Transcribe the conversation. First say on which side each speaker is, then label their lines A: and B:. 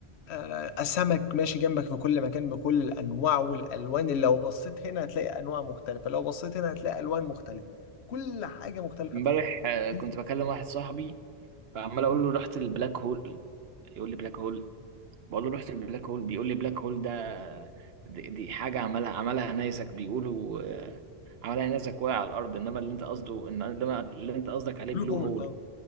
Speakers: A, on the left; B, on the right.
A: آه، سمك ماشي جنبك في كل مكان بكل الانواع والالوان اللي لو بصيت هنا هتلاقي انواع مختلفه لو بصيت هنا هتلاقي الوان مختلفه كل حاجه مختلفه
B: امبارح
A: فيها
B: آه،
A: تنزل
B: كنت بكلم واحد صاحبي فعمال
A: مم.
B: أقول له رحت البلاك هول يقول لي بلاك هول بقول له رحت البلاك هول بيقول لي بلاك هول ده دي, دي حاجة عملها عملها نيزك بيقولوا آه، عملها نيزك واقع على الأرض إنما اللي أنت قصده إن- إنما اللي أنت قصدك عليه
A: بلو
B: بلو
A: هول
B: هول
A: اه